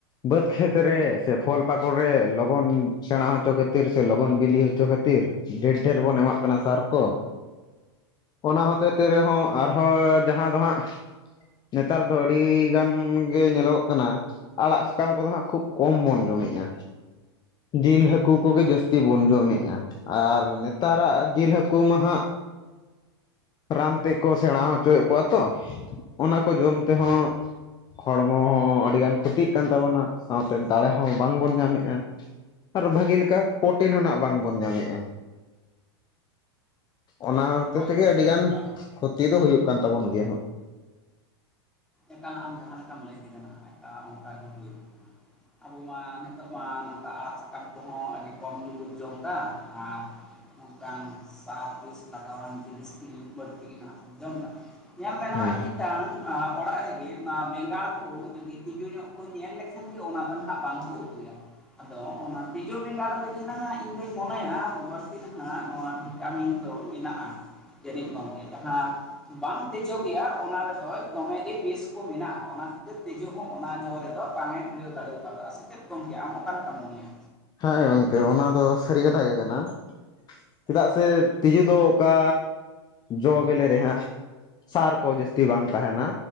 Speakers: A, on the left; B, in the centre.
A: ᱵᱟᱹᱫᱽ ᱠᱷᱮᱛ ᱨᱮ ᱥᱮ ᱯᱷᱚᱞ ᱯᱟᱠᱚᱲ ᱨᱮ ᱞᱚᱜᱚᱱ ᱥᱮᱬᱟ ᱦᱚᱪᱚ ᱠᱷᱟᱹᱛᱤᱨ ᱥᱮ ᱞᱚᱜᱚᱱ, ᱵᱤᱞᱤ ᱦᱚᱪᱚ ᱠᱷᱟᱹᱛᱤᱨ ᱰᱷᱮᱨ ᱰᱷᱮᱨ ᱵᱚᱱ ᱮᱢᱟᱜ ᱠᱟᱱᱟ ᱥᱟᱨ ᱠᱚ᱾ ᱚᱱᱟ ᱦᱚᱛᱮ ᱛᱮ ᱨᱮᱦᱚᱸ ᱟᱨᱦᱚᱸ ᱡᱟᱦᱟᱸ ᱫᱚ ᱦᱟᱸᱜ, ᱱᱮᱛᱟᱨ ᱫᱚ ᱟᱹᱰᱤ ᱜᱟᱱ ᱜᱮ ᱧᱮᱞᱚᱜᱚᱜ ᱠᱟᱱᱟ, ᱟᱲᱟᱜ ᱥᱟᱠᱟᱢ ᱠᱚᱫᱚ ᱦᱟᱸᱜ ᱠᱷᱩᱵ ᱠᱚᱢ ᱵᱚᱱ ᱡᱚᱢᱮᱜᱼᱟ ᱡᱤᱞ ᱦᱟᱹᱠᱩ ᱠᱚᱜᱮ ᱡᱟᱹᱥᱛᱤ ᱵᱚᱱ ᱡᱚᱢᱮᱜ-ᱟ ᱟᱨ ᱱᱮᱛᱟᱨᱟᱜ ᱡᱤᱞ ᱦᱟᱹᱠᱩ ᱢᱟ ᱦᱟᱜ, ᱨᱟᱱ ᱛᱮᱠᱚ ᱥᱮᱬᱟ ᱦᱚᱪᱚᱭᱮᱜ ᱠᱚᱣᱟ ᱛᱚ ᱚᱱᱟ ᱠᱚ ᱡᱚᱢ ᱛᱮᱦᱚᱸ, ᱦᱚᱲᱢᱚ ᱦᱚᱸ ᱟᱹᱰᱤᱜᱟᱱ ᱠᱷᱚᱛᱤᱜ ᱠᱟᱱ ᱛᱟᱵᱚᱱᱟ ᱥᱟᱶᱛᱮ ᱫᱟᱲᱮ ᱦᱚᱸ ᱵᱟᱝᱵᱚᱱ ᱧᱟᱢᱮᱜᱼᱟ᱾ ᱟᱨᱚ ᱵᱷᱟᱹᱜᱮᱞᱮᱠᱟ ᱯᱚᱴ ᱴᱤᱱ ᱦᱚᱸ ᱱᱟᱜ ᱵᱟᱝ ᱵᱚᱱ ᱧᱟᱢᱮᱫᱼᱟ, ᱚᱱᱟ ᱦᱚᱛᱮ
B: ᱦᱳᱭ
A: ᱛᱮᱜᱮ
B: ᱜᱚᱢᱠᱮ
A: ᱟᱹᱰᱤ ᱜᱟᱱ
B: ᱮᱠᱟᱞ
A: ᱠᱷᱚᱛᱤ ᱫᱚ ᱦᱩᱭᱩᱜ ᱠᱟᱱ ᱛᱟᱵᱚᱱ ᱜᱮᱭᱟ ᱾
B: ᱮᱠᱟᱞ ᱟᱢ ᱡᱟᱦᱟᱸ ᱞᱮᱠᱟᱢ ᱞᱟᱹᱭ ᱠᱮᱫᱟ ᱱᱟᱜ ᱮᱠᱟᱞ ᱚᱱᱠᱟᱟᱜ ᱜᱮ ᱦᱩᱭᱚᱜ ᱠᱟᱱᱟ᱾ ᱟᱵᱚ ᱢᱟ ᱱᱤᱛᱚᱜ ᱢᱟ ᱱᱚᱝᱠᱟ ᱟᱲᱟᱜ ᱥᱟᱠᱟᱢ ᱠᱚᱦᱚᱸ ᱟᱹᱰᱤ ᱠᱚᱢ ᱜᱮᱵᱚᱱ ᱡᱚᱢᱫᱟ ᱚᱝᱠᱟᱱ ᱥᱟᱨ ᱵᱤᱥ ᱞᱟᱜᱟᱣᱟᱱ ᱡᱤᱱᱤᱥ ᱠᱚ ᱵᱟᱹᱲᱛᱤ ᱜᱮ ᱱᱟᱜ ᱵᱚᱱ ᱡᱚᱢ ᱫᱟ᱾ ᱧᱮᱞ ᱢᱮ ᱱᱟᱜ
A: ᱦᱩᱸ
B: ᱢᱤᱫᱴᱟᱝ ᱚᱲᱟᱜ ᱨᱮᱜᱮ ᱚᱱᱟ ᱵᱮᱸᱜᱟᱲ ᱠᱚ ᱡᱩᱫᱤ ᱛᱸᱤᱡᱩ ᱧᱚᱜ ᱠᱚ ᱧᱮᱞ ᱞᱮᱠᱷᱟᱱ ᱜᱮ ᱚᱱᱟ ᱫᱚ ᱱᱟᱦᱟᱸᱜ ᱵᱟᱝᱠᱚ ᱩᱛᱩᱭᱟ ᱟᱫᱚ ᱚᱱᱟ ᱛᱤᱡᱩ ᱵᱮᱸᱜᱟᱲ ᱨᱮᱜᱮ ᱱᱟᱦᱟᱸᱜ ᱤᱧ ᱫᱩᱧ ᱢᱚᱱᱮᱭᱟ ᱵᱟᱹᱲᱛᱤ ᱱᱟᱦᱟᱸᱜ ᱱᱚᱣᱟ ᱵᱷᱤᱴᱟᱢᱤᱱ ᱫᱚ ᱢᱮᱱᱟᱜᱼᱟ᱾ ᱡᱟᱹᱱᱤᱡ ᱜᱚᱢᱠᱮ ᱡᱟᱦᱟᱸ ᱵᱟᱝ ᱛᱮᱡᱚᱜ ᱜᱮᱭᱟ ᱚᱱᱟ ᱨᱮᱫᱚ ᱫᱚᱢᱮ ᱟᱹᱰᱤ ᱵᱮᱥ ᱠᱚ ᱢᱮᱱᱟᱜᱼᱟ ᱚᱱᱟ ᱠᱷᱟᱹᱛᱤᱨ ᱛᱤᱡᱩ ᱦᱚᱸ ᱚᱱᱟ ᱡᱚ ᱨᱮᱫᱚ ᱵᱟᱝ ᱮ ᱴᱩᱞᱟᱹᱣ ᱫᱟᱲᱮ ᱟᱠᱟᱫᱟ ᱥᱮ ᱪᱮᱫ ᱜᱚᱝᱠᱮ ᱟᱢ ᱚᱠᱟ ᱞᱮᱠᱟᱢ ᱢᱚᱱᱮᱭᱟ?
A: ᱦᱮᱸ ᱜᱚᱝᱠᱮ ᱚᱱᱟ ᱫᱚ ᱥᱟᱹᱨᱤ ᱠᱟᱛᱷᱟ ᱜᱮ ᱠᱟᱱᱟ ᱾ ᱪᱮᱫᱟᱜ ᱥᱮ ᱛᱤᱡᱩ ᱫᱚ ᱚᱠᱟ ᱡᱚ ᱵᱮᱞᱮ ᱨᱮᱦᱟᱸᱜ ᱥᱟᱨ ᱠᱚ ᱡᱟᱹᱥᱛᱤ ᱵᱟᱝ ᱛᱟᱦᱮᱱᱟ